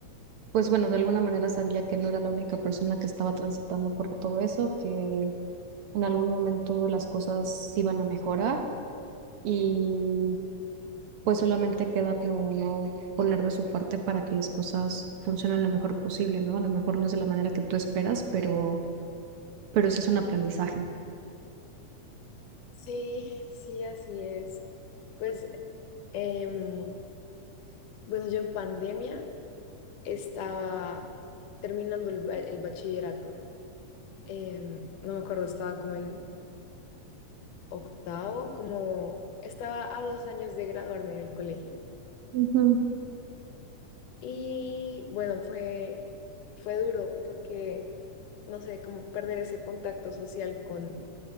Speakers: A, on the right; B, on the left.
A: pues bueno, de alguna manera sabía que no era la única persona que estaba transitando por todo eso, que en algún momento las cosas iban a mejorar y pues solamente queda como uno poner de su parte para que las cosas funcionen lo mejor posible, ¿no? A lo mejor no es de la manera que tú esperas, pero, pero sí es un aprendizaje.
B: sí, sí, así es. Pues, em, bueno, yo en pandemia estaba terminando el, ba- el bachillerato. em, no me acuerdo, estaba como en octavo, como estaba a dos años de graduarme del colegio.
A: Ujú,
B: Y bueno, fue, fue duro porque, no sé, como perder ese contacto social con,